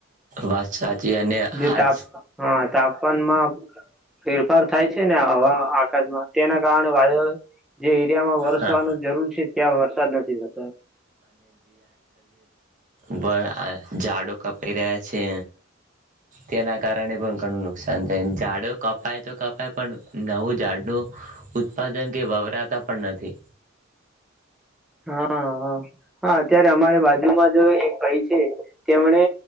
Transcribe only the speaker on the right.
વાત સાચી અને આજ
હા
ભ આ ઝાડો કપાઈ રહ્યા છે તેના કારણે પણ ઘણું નુકસાન થાયને ઝાડો કપાય તો કપાય પણ નવું ઝાડનું ઉત્પાદન કે વવરાતા પણ નથી.